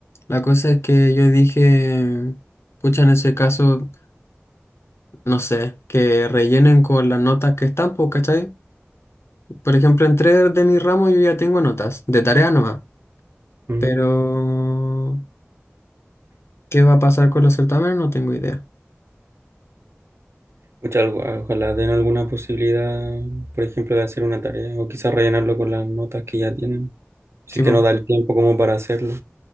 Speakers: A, on the left; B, on the right.
A: la cosa es que yo dije, pucha, en ese caso, no sé, que rellenen con las notas que están, pues, ¿cachai? Por ejemplo, en tres de mi ramo yo ya tengo notas, de tarea nomás,
B: Ujú.
A: pero ¿qué va a pasar con los certámenes? No tengo idea.
B: Pucha, algo- ojalá den alguna posibilidad, por ejemplo, de hacer una tarea o quizás rellenarlo con las notas que ya tienen. Sí
A: Sí,
B: que
A: pues,
B: no da el tiempo como para hacerlo,